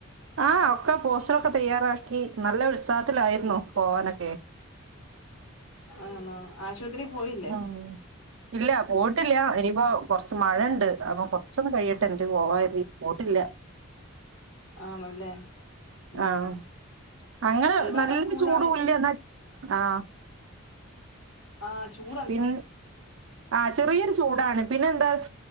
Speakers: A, on the right; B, on the left.
A: ആഹ് ഒക്കെ പോസ്റ്ററൊക്കെ തയ്യാറാക്കി നല്ല ഉത്സാഹത്തിലായിരുന്നു പോവാനൊക്കെ
B: ആണോ ആശുപത്രി പോയി
A: ഉം ഇല്ല പോട്ടില്ല ഇനിപ്പോ- കൊറച്ച് മഴയണ്ട് അപ്പൊ കൊറച്ചൊന്ന് കഴിയട്ട് എന്നിട്ട് പോവ പോട്ടില്ല
B: ആണല്ലേ ഉം
A: ആഹ് അങ്ങനെ
B: ദിവാറ
A: നല്ലരു
B: സ്കൂളാണ്
A: ചൂടുല്ലാ ന്നാ ആഹ്
B: ആഹ് ചൂട്
A: പിൻ ആഹ് ചെറിയൊരു ചൂടാണ് പിന്നെ എന്താ